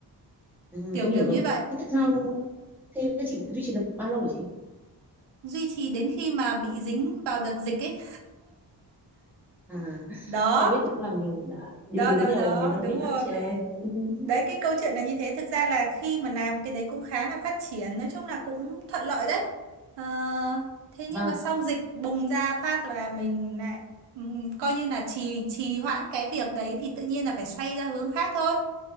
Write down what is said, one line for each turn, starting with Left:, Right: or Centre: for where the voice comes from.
Centre: Ừ,
Right: kiểu
Centre: em hiểu
Right: kiểu
Centre: rồi.
Right: như vậy.
Centre: Thế tại sao
Right: Ừ.
Centre: thế chị duy trì được bao lâu hả chị?
Right: Duy trì đến khi mà bị dính vào đợt dịch ấy.
Centre: À,
Right: Đó,
Centre: Covid thì cũng làm nhiều đã điều
Right: đó
Centre: đứng
Right: đó
Centre: nhiều
Right: đó,
Centre: nhiều đơn
Right: đúng
Centre: vị lắm
Right: rồi.
Centre: chị ơi. <laughs>
Right: đấy cái câu chuyện là như thế thực ra là khi mà làm cái đấy cũng khá là phát triển nói chung là cũng thuận lợi đấy ờ, thế nhưng
Centre: Vâng,
Right: mà xong dịch bùng ra phát và mình lại ừm, coi như là trì trì hoãn cái việc đấy thì tự nhiên là phải xoay ra hướng khác thôi